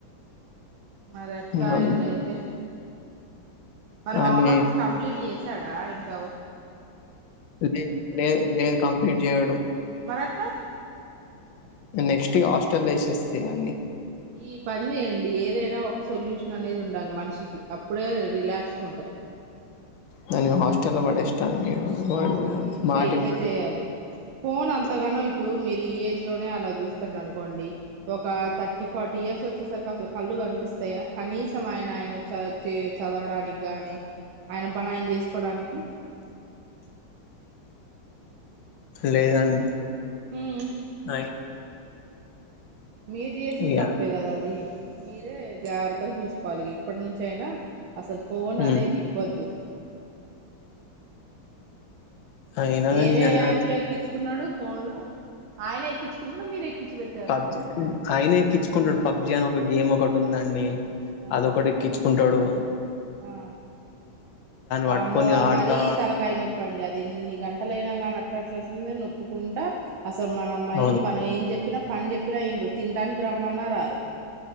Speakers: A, on the right; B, on the left.
A: మరి అట్లా
B: హ్మ్. అన్
A: ఇట్ల అయితే మరి
B: అని
A: హోమ్ వర్క్స్ కంప్లీట్ చేస్ త్తాడా ఇంగ
B: లే లేదు లేదు కంప్లీట్ చేయడు
A: మరట్లా
B: నెక్స్ట్ ఆస్టల్ ఏసేస్తే అన్ని
A: ఈ పని చేయండి ఏదైనా ఒ సొల్యూషన్ అనేది ఉండాలి మనిషికి అప్పుడే రిలాక్స్ ఉంటది
B: తను హాస్టెల్ లో పడేషీ వాడిగా
A: ఆ ఇట్లా
B: మాటిని
A: ఇట్లే చేయాలి ఫోన్ అంతగానో ఇప్పుడు మీరు ఈ ఏజ్ లోనే అలా చూస్ అనుకోండి ఒక థర్టీ ఫార్టీ ఇయర్స్ వచ్చేసరికి అసలు కళ్ళు కనిపిస్తాయా కానీస్ సం ఆయన ఆయన చ చే చదవడానికి గాని ఆయన పణ ఆయన చేసుకోడానికి
B: లేదండి
A: ఉమ్
B: అయి
A: మీరు చేసిన
B: ఇగ
A: తప్పే కదా అది మీరే జాగ్రత్తగా చూసుకోవాలి ఇగ ఇప్పటి నుంచఅయినా అసలు ఫోన్
B: హ్మ్.
A: అనేది ఇవ్వద్దు
B: అయినా గాని
A: ఏమేం
B: ఆయన
A: యాప్ లో ఎక్కించుకున్నాడు ఫోన్ లో ఆయన ఎక్కించుకున్నాడు మీరు ఎక్కించి పెట్టారా
B: పబ్జ అయినే ఎక్కిచ్చుకున్నాడు పబ్జి విజయాన్ ఒక గేమ్ ఒకటి ఉందండి
A: ఆ
B: అదొకటి ఎక్కిచ్చుకుంటాడు
A: ఆ వమ్మో
B: పట్టుకొని
A: అది
B: ఆడతా
A: మారి తలకాయ నొప్ప తప్పండి అది ఎన్ని గంటల అయినా కానీ అట్లట్లట్ల నొక్కుకుంటా అసలు మన మైండ్
B: అవును
A: మనం ఏం చెప్ చెప్పిన పని చెప్పినా యిన్రు తినడానికి రమ్మన్న రారు